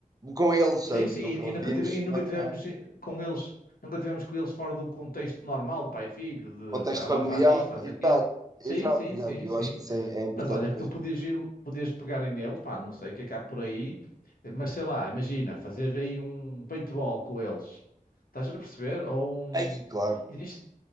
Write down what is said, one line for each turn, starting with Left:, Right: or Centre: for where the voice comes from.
Right: com eles,
Left: Sim,
Right: sabe?
Left: sim,
Right: nunca
Left: e,
Right: o
Left: e nunca
Right: vimos
Left: tive, e nunca
Right: noutro
Left: tivemos eh, com eles, nunca tivemos com eles fora do contexto normal, pai e filho,
Right: contexto
Left: de fa- lá
Right: familiar.
Left: faz isto, faz aquilo.
Right: Exato,
Left: Sim,
Right: exato,
Left: sim,
Right: exato.
Left: sim,
Right: E
Left: sim.
Right: Eu acho que isso é, é importante
Left: Mas olha que
Right: para
Left: tu
Right: os
Left: podias,
Right: miúdos.
Left: ir- podias pegar em neles, pá, não sei o que é que há por aí, eh, mas sei lá, imagina, fazer aí um paintball com eles. Estás a perceber? Ou um.
Right: Aí, claro,
Left: Existe,